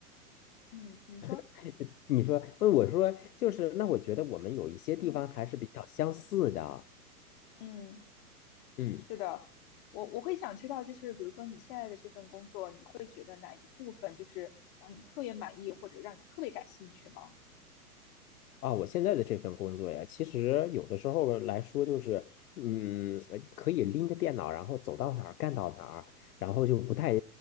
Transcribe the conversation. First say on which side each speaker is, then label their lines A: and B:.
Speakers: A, on the left; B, on the left.
A: 嗯，你说，
B: <laughs> 你说，问我说，就是，那我觉得我们有一些地方还是比较相似的。
A: 嗯嗯，
B: 嗯
A: 是的，我我会想知道，就是比如说你现在的这份工作，你会觉得哪一部分就是让你特别满意，或者让你特别感兴趣吗？
B: 啊，我现在的这份工作呀，其实有的时候来说就是，嗯，呃可以拎着电脑，然后走到哪儿干到哪儿，然后就不太